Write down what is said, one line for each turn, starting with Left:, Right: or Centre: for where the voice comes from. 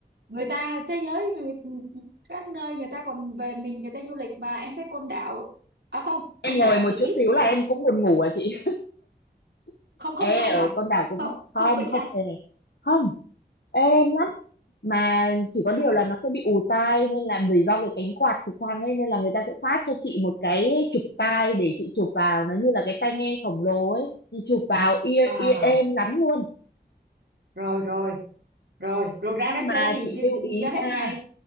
Right: người ta, thế giới, người- các nơi người ta còn về mình, người ta du lịch mà. Em thấy Côn Đảo, à không, Côn
Left: em ngồi
Right: Đảo
Left: một
Right: thì
Left: chút
Right: ít,
Left: xíu là
Right: đúng
Left: em
Right: không?
Left: cũng buồn ngủ à chị <laughs>
Right: Không, không say
Left: ê ở
Right: hả?
Left: con đảo cũng
Right: Không,
Left: không
Right: không bị
Left: không
Right: say.
Left: hề không êm lắm mà chỉ có
Right: À,
Left: điều là nó sẽ bị ù tai nên là vì do cái cánh quạt trực thăng ấy nên là người ta sẽ phát cho chị một cái chụp tai để chị chụp vào nó như là cái tai nghe khổng lồ ấy chị chụp vào ear
Right: à,
Left: ear êm lắm luôn
Right: rồi, rồi. rồi rồi ra
Left: nhưng
Right: đó chơi
Left: mà
Right: gì
Left: chị
Right: chơi,
Left: lưu ý
Right: chơi hết
Left: nha
Right: ngày